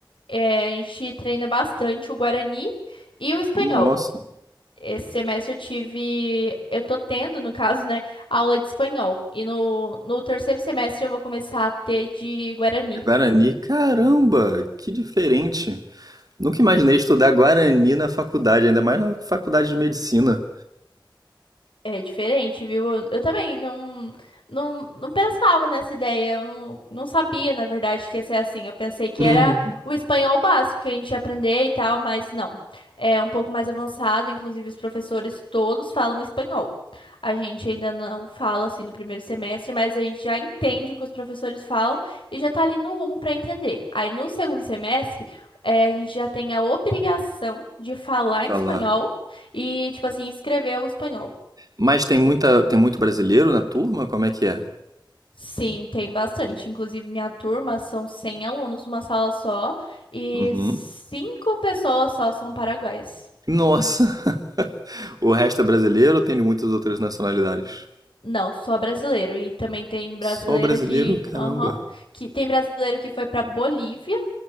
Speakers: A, on the left; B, on the right.
A: é, a gente treina bastante o Guarani e o espanhol.
B: Nossa.
A: Esse semestre eu tive, eu tô tendo, no caso, né, aula de espanhol. E no, no terceiro semestre eu vou começar a ter de guarani.
B: Guarani, caramba, que diferente. Nunca imaginei estudar Guarani na faculdade, ainda mais na faculdade de medicina.
A: É diferente, viu? Eu eu também não, não, não pensava nessa ideia, eu não, não sabia, na verdade, que ia ser assim. Eu pensei que
B: Uhum.
A: era o espanhol básico que a gente ia aprender e tal, mas não. É um pouco mais avançado, inclusive os professores todos falam espanhol. A gente ainda não fala assim no primeiro semestre, mas a gente já entende o que os professores falam e já tá ali no rumo para entender. Aí no segundo semestre, é, a gente já tem a obrigação de falar
B: De falar.
A: em espanhol e, tipo assim, escrever o espanhol.
B: Mas tem muita, tem muito brasileiro na turma? Como é que é?
A: Sim, tem bastante. Inclusive, minha turma são 100 alunos numa sala só e
B: Uhum.
A: cinco pessoas só são paraguaias.
B: Nossa! <laughs> O resto é brasileiro ou tem de muitas outras nacionalidades?
A: Não, só brasileiro. E também tem brasileiro
B: Só brasileiro?
A: que,
B: Caramba.
A: aham, que tem brasileiro que foi para Bolívia.